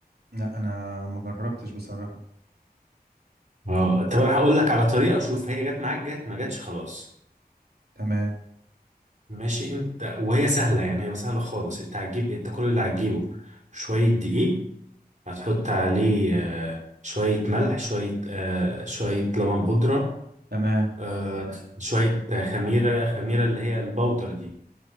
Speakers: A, on the right (about 80°); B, on the right (about 50°).
A: لا انا ما جربتش بصراحه
B: اه طب انا هقول لك على طريقه شوف هي جت معاك جت ما جاتش خلاص
A: تمام
B: ماشي انت وهي سهله يعني هي سهله خالص انت هتجيب انت كل اللي هتجيبه شويه دقيق هتحط عليه آه، شويه ملح شويه آه، شويه لبن بودره
A: تمام
B: آه، شويه آه، خميره خميره اللي هي البودر دي